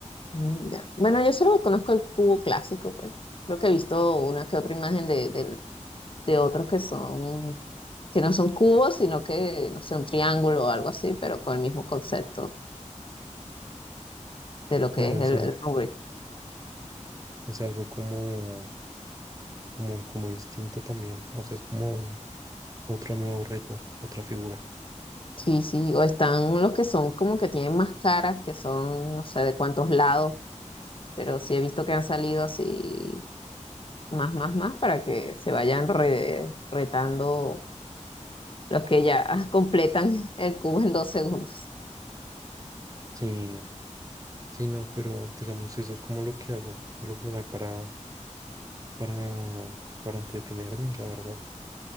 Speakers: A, on the left; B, on the right.
A: Mm, ya. Bueno, yo solo conozco el cubo clásico, pues. Creo que he visto una que otra imagen de, del- de otros que son, que no son cubos, sino que, no sé, un triángulo o algo así, pero con el mismo concepto de lo que
B: Claro,
A: es
B: es,
A: el,
B: al-
A: el Rubik.
B: es algo como como, como distinto también. O sea, es como otro nuevo reto, otra figura.
A: Sí, sí, o están los que son como que tienen más caras, que son no sé de cuántos lados, pero sí he visto que han salido así más, más, más para que se vayan re- retando los que ya <laughs> completan el cubo en dos segundos.
B: Sí, sí, no, pero digamos, eso es como lo que hago, por lo general, para, para, para entretenerme, la verdad.